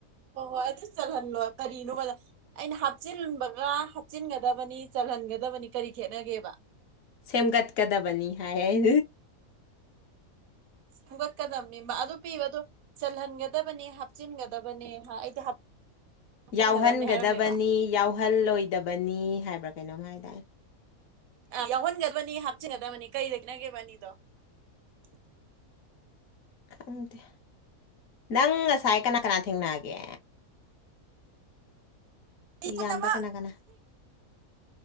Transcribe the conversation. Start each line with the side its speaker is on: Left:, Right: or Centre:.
Right: ꯍ ꯍꯣꯏ ꯑꯗꯨ ꯆꯜꯍꯟꯂꯣꯏ ꯀꯔꯤꯅꯣ ꯍꯥꯏꯗ ꯑꯩꯅ ꯍꯥꯞꯆꯤꯟꯕꯒ ꯍꯥꯞꯆꯤꯟꯒꯗꯕꯅꯤ ꯆꯜꯍꯟꯒꯗꯕꯅꯤ ꯀꯔꯤ ꯈꯦꯠꯅꯒꯦꯕ
Left: ꯁꯦꯝꯒꯠꯀꯗꯕꯅꯤ ꯍꯥꯏ
Right: ꯁꯦꯝꯒꯠꯀꯗꯕꯅꯤ ꯑꯗꯨ ꯄꯤꯕ ꯑꯗꯨ ꯆꯜꯍꯟꯒꯗꯕꯅꯦ ꯍꯥꯞꯆꯤꯟꯒꯗꯕꯅꯦ ꯑꯩꯗꯤ ꯍꯥꯞꯆꯤꯟꯒꯗꯕꯅꯤ
Left: ꯌꯥꯎꯍꯟꯒꯗꯕꯅꯤ
Right: ꯍꯥꯏꯔꯝꯃꯦꯕ
Left: ꯌꯥꯎꯍꯜꯂꯣꯏꯗꯕꯅꯤ ꯍꯥꯏꯕ꯭ꯔꯥ ꯀꯩꯅꯣꯝ ꯍꯥꯏ ꯇꯔꯦ
Right: ꯌꯥꯎꯍꯟꯒꯗꯕꯅꯤ ꯍꯥꯞꯆꯤꯟꯒꯗꯕꯅꯤ ꯀꯔꯤꯗꯒꯤꯅꯒꯦꯕ ꯑꯅꯤꯗꯣ <unintelligible>
Left: ꯈꯪꯗꯦ ꯅꯪ ꯉꯁꯥꯏ ꯀꯅꯥ ꯀꯅꯥ ꯊꯦꯡꯅꯒꯦ ꯑꯦꯛꯖꯥꯝꯗ
Right: ꯏꯅꯃ
Left: ꯀꯅꯥ ꯀꯅꯥ